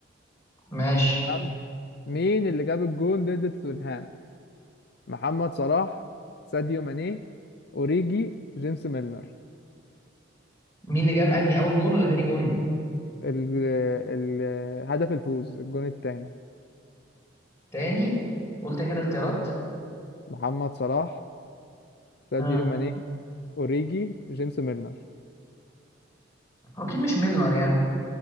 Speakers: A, on the left; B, on the left.
A: ماشي
B: تمام؟ مين اللي جاب الجون ضد توتنهام محمد صلاح ساديو ماني اوريجي جيمس ميلنر
A: مين اللي جاب انهي اول جون ولا تاني جون
B: ال- ال- هدف الفوز الجون الثاني
A: تاني قلت كده الاختيارات
B: محمد صلاح ساديو
A: اه
B: ماني اوريجي جيمس ميلنر
A: هو اكيد مش ميلنر يعني